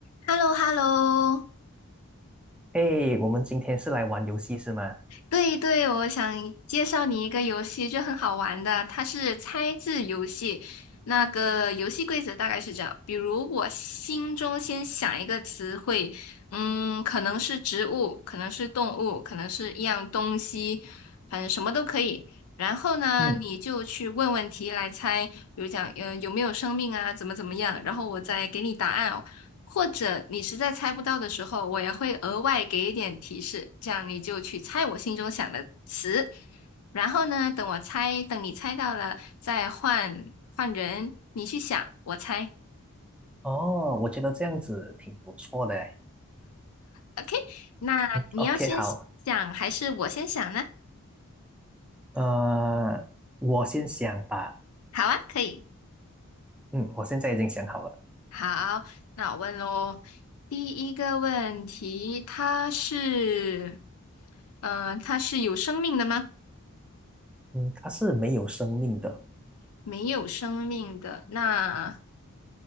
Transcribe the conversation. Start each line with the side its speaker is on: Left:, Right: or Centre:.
Left: h e l l o h e l l o
Centre: 诶，我们今天是来玩游戏是吗？
Left: 对对，我想介绍你一个游戏，就很好玩的，它是猜字游戏。那个游戏规则大概是这样，比如我心中先想一个词汇，嗯，可能是植物，可能是动物，可能是一样东西，反正什么都可以。然后呢，
Centre: 嗯，
Left: 你就去问问题来猜，比如讲，嗯，有没有生命啊，怎么怎么样，然后我再给你答案，哦。或者你实在猜不到的时候，我也会额外给一点提示，这样你就去猜我心中想的词。然后呢，等我猜，等你猜到了，再换换人，你去想，我猜。
Centre: 哦，我觉得这样子挺不错的诶。
Left: OK，那你要先想还是我先想呢？
Centre: OK，好，呃，我先想吧。
Left: 好啊，可以。
Centre: 嗯，我现在已经想好了。
Left: 好，那我问喽。第一个问题，它是，嗯、它是有生命的吗？
Centre: 嗯，它是没有生命的。
Left: 没有生命的。那